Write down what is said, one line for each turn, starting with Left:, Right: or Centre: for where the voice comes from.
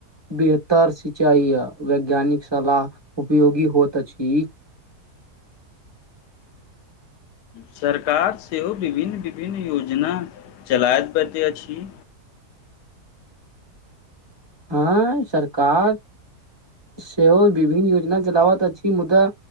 Right: बेहतर सिंचाइ आ वैज्ञानिक सलाह उपयोगी होइत अछि <inaudible>
Left: सरकार सेहो विभिन्न विभिन्न योजना चलाय पते अछि
Right: <inaudible> हँ सरकार सेहो विभिन्न योजना चलावत अछि मुदा